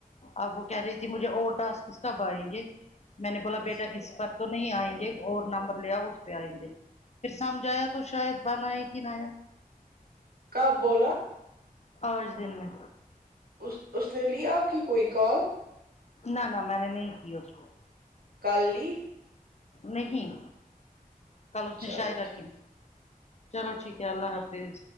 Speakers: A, on the left (about 45°); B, on the right (about 90°).
A: اب وہ کہہ رہی تھی مجھے اور ٹاسک کب آئیں گے میں نے بولا
B: اچھا
A: بیٹا اس پر تو نہیں آئیں گے اور نمبر لے آؤ اس پہ آئیں گے پھر سمجھایا تو شاید بنایگی نیا
B: کب بولا
A: آج دن میں
B: اس۔۔ اس نے لیا آپ کی کوئی کال
A: نہ نہ میں نے نہیں کی اس کو
B: کال لی
A: نہیں کل اس نے
B: چلو
A: شاعرہ
B: ٹھیک
A: کی چلو ٹھیک ہے اللہ حافظ